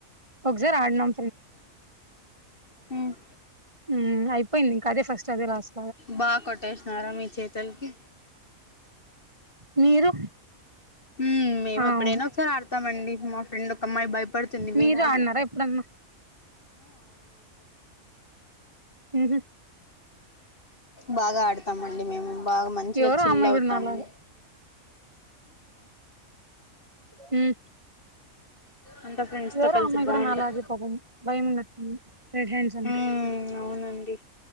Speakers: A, on the right; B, on the left.
A: ఒక్జారాడ్నం
B: మ్మ్
A: మ్మ్ అయిపొయింది ఇంక అదే ఫస్ట్ అదే రాస్
B: బా కొట్టేసినారా మీ చేతుల్కి
A: మీరు
B: మ్మ్ మేమెప్పుడైనా
A: అవును
B: ఒకసారి ఆడతామండి మా ఫ్రెండ్ ఒకమ్మాయి పడుతుంది
A: మీరు
B: మీలాగే
A: ఆడినారా ఎప్పుడన్నా ఊహు
B: బాగాడు తమండి మేము బాగా మంచిగా
A: ఎవరో
B: చిల్
A: అమ్మాయి
B: అవుతాము
A: కూడా నాలాగా మ్మ్
B: అంతా ఫ్రెండ్స్
A: ఎవురో
B: తో కలిసి
A: అమ్మాయి
B: బాగుంటాం
A: గుడా నాలాగే పాపం భయమున్నట్టుంది రెడ్ హ్యాండ్స్ అంటే
B: మ్మ్ అవునండి